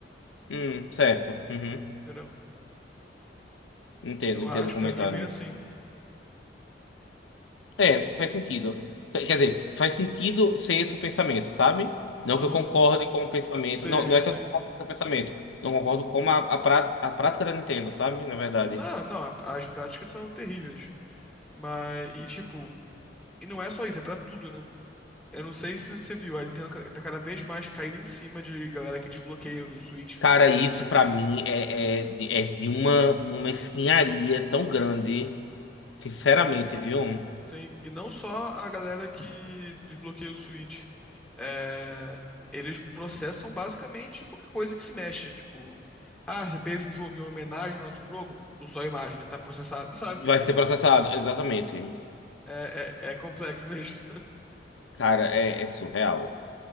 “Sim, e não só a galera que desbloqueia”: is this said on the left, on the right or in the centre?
Centre